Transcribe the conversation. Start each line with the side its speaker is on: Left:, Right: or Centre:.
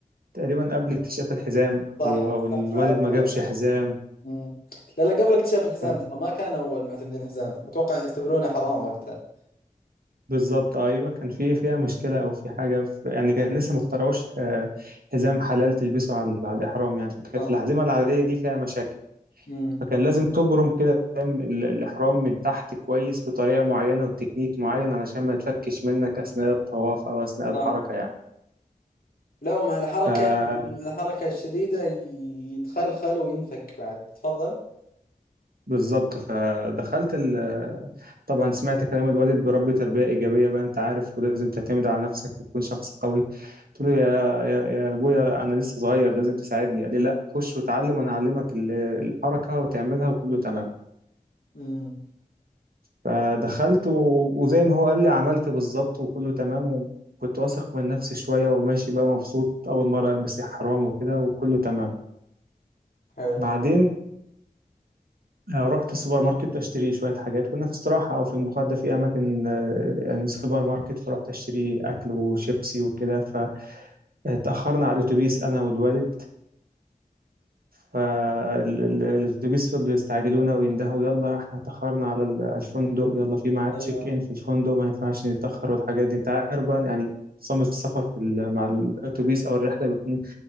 Right: تقريبا قبل اكتشاف الحزام
Left: صح
Right: او او الوالد
Left: صح فعلت
Right: ما
Left: غلط
Right: جابش حزام
Left: امم لا لا قبل اكتشاف الحزام
Right: ف-
Left: ترى ما كان اول معتمدين الحزام اتوقع يعتبرونه حرام وقتها
Right: بالظبط ايوه كان في فيها مشكله او في حاجه في يعني كان لسه ما اخترعوش آه، حزام حلال تلبسه على على الاحرام يعني فكانت
Left: صح
Right: الاحزمه العاديه دي فيها مشاكل
Left: امم
Right: فكان لازم تبرم كده دم ال- الاحرام من تحت كويس بطريقه معينه وتكنيك معين علشان ما يتفكش منك اثناء الطواف او اثناء الحركه
Left: صح لا ومع الحركه
Right: يعني
Left: يعني مع الحركه الشديده يتخلخل وينفك بعد تفضل
Right: بالظبط فدخلت ال... طبعا سمعت كلام الوالد بربي تربية إيجابية بقى أنت عارف ولازم تعتمد على نفسك وتكون شخص قوي قلت له يا يا يا أبويا أنا لسه صغير لازم تساعدني قال لي لا خش وتعلم وأنا أعلمك ال- الحركة وتعملها وكله تمام
Left: امم
Right: فدخلت و... وزي ما هو قال لي عملت بالظبط وكله تمام وكنت واثق من نفسي شوية وماشي بقى مبسوط أول مرة ألبس إحرام وكده وكله تمام
Left: حلو
Right: بعدين آه، رحت السوبر ماركت اشتري شويه حاجات كنا في استراحه او في المقعد ده في اماكن آه، يعني سوبر ماركت فرحت اشتري اكل وشيبسي وكده فتاخرنا على الاتوبيس انا والوالد فالاتوبيس فضلوا يستعجلونا ويندهوا يلا احنا اتاخرنا على ال- الفندق يلا في ميعاد
Left: ايوه
Right: تشيك ان في الفندق ما ينفعش نتاخر والحاجات دي انت عارف بقى يعني نظام السفر في ال- مع الاتوبيس او الرحله بيكون